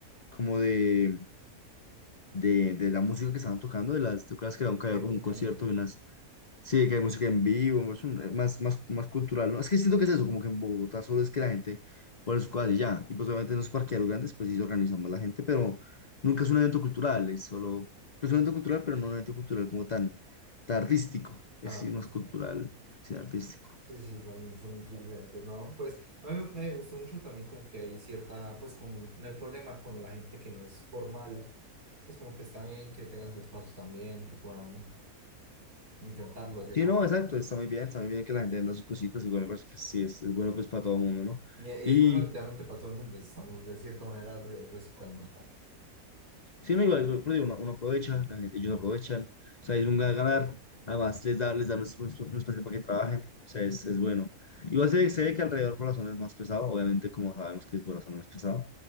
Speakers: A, on the left; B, on the right.
A: como de, de, de la música que estaban tocando, de las, ¿tú crees que era un, que
B: Hay
A: había como
B: música
A: un concierto
B: en vivo.
A: de unas Sí, que hay música en vivo, es un- más, más, más cultural, ¿no? Es que siento que es eso, como que en Bogotá solo es que la gente pone sus cosas y ya. Y pues obviamente en los parqueaderos grandes, pues sí se organiza más la gente, pero nunca es un evento cultural, es solo, pues un evento cultural, pero no un evento cultural como tan, tan artístico. Es
B: Tan
A: decir,
B: artística.
A: no es cultural, sino artístico.
B: Sí, sí, sí, son, son muy diferentes, ¿no? Pues a mí me gustó mucho también como que hay cierta, pues con no hay problema con la gente que no es formal, pues como que está bien que tengan sus pasos también, que puedan intentarlo, ¿cierto?
A: Sí, no, exacto, está muy bien, está muy bien que la gente venda sus cositas, igual me parece que sí, es, es bueno pues para todo el mundo, ¿no?
B: Y e,
A: Y,
B: es bueno literalmente para todo el mundo, estamos de cierta manera re- reciclando.
A: Sí, no, igual, igual, pero digo, uno, uno aprovecha, la gente- ellos aprovechan, o sea, es un ganar, ganar, además les da, les da un, es- un espacio para que trabajen, o sea, es, es bueno. Igual se, se ve que alrededor por la zona es más pesado, obviamente, como sabemos que es por la zona es pesado.